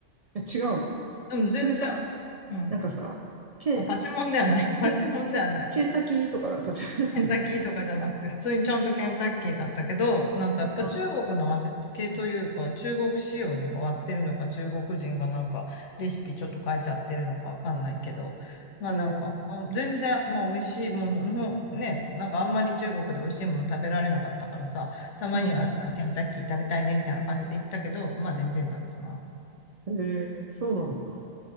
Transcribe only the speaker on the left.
うん、全然、
うん。
あ、パチモンではない。<laughs> パチモンではない。
ケンタッキーとかじゃなくて、普通にちゃんとケンタッキーだったけど、なんかやっぱ中国の味付けというか、
中国仕様に変わってるのか、中国人がなんかレシピちょっと変えちゃってるのかわかんないけど、まあなんか、
あ全然、まあ美味しいものの方、ね、なんかあんまり中国で美味しいもの食べられなかったからさ、たまにはさ、
ケンタッキー食べたいねみたいな感じで行ったけど、まあ全然だったな。